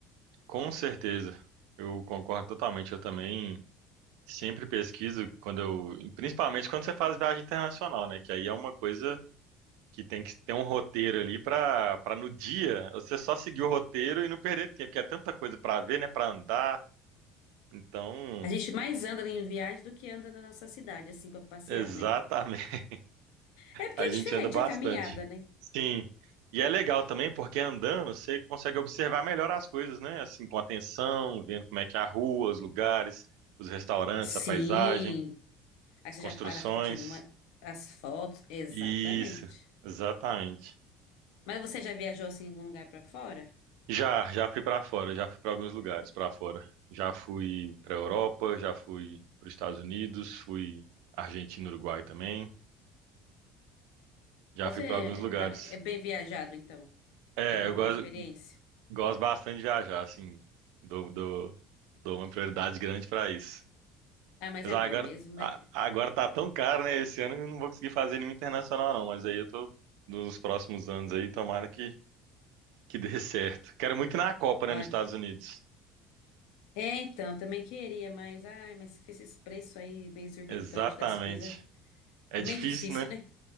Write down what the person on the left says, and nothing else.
A gente mais anda em viagem do que anda na nossa cidade, assim, para passear,
né? É porque
é
diferente
a caminhada, né?
Sim.
Aí
você
já para, fica tirando uma- as fotos. Exatamente.
Mas você já viajou assim em algum lugar pra fora?
Você
é
ba- é bem viajado, então.
Tem uma
boa
experiência.
Ah, mas
é
bom mesmo,
né?
Ó,
É, então, eu também queria, mas ai, mas com esses preços aí meio exorbitantes
das coisas,
é
meio difícil,
né?